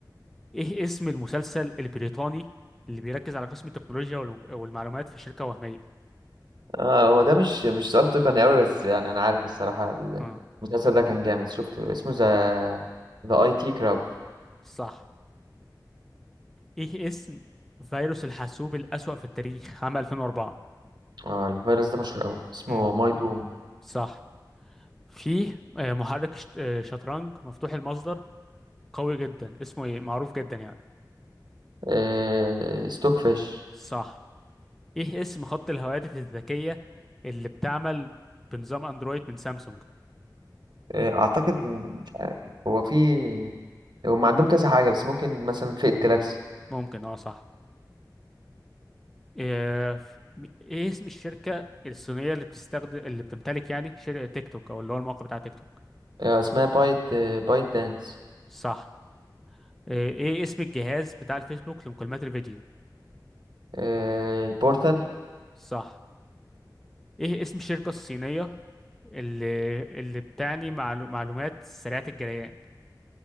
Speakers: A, in the centre; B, on the right.
A: ايه اسم المسلسل البريطاني اللي بيركز على قسم التكنولوجيا والم- والمعلومات في شركة وهمية
B: اه هو ده مش مش سؤال تقني أوي بس يعني أنا عارف الصراحة
A: اه آه،
B: المسلسل ده كان جامد شفته اسمه ذا ذا أي تي كراود
A: صح ايه اسم فيروس الحاسوب الأسوأ في التاريخ عام 2004
B: اه الفيروس ده مشهور أوي اسمه
A: امم
B: ماي دوم
A: صح فيه آه، محرك شت- آه، شطرنج مفتوح المصدر قوي جدا اسمه ايه معروف جدا يعني
B: آه... ستوك فيش
A: صح ايه اسم خط الهواتف الذكية اللي بتعمل بنظام اندرويد من سامسونج
B: آه، اعتقد مش عارف هو في هم عندهم كذا حاجه بس ممكن مثلا فئه جالاكسي
A: ممكن اه صح ايه إيه اسم الشركة الصينية اللي بتستخدم اللي بتمتلك يعني شركة تيك توك او اللي هو الموقع بتاع تيك توك
B: آه، اسمها بايت آه، بايت دانس
A: صح ايه إيه اسم الجهاز بتاع الفيسبوك لمكالمات الفيديو
B: آه، البورتال
A: صح ايه اسم الشركة الصينية اللي اللي بتعني معلو... معلومات سريعة الجريان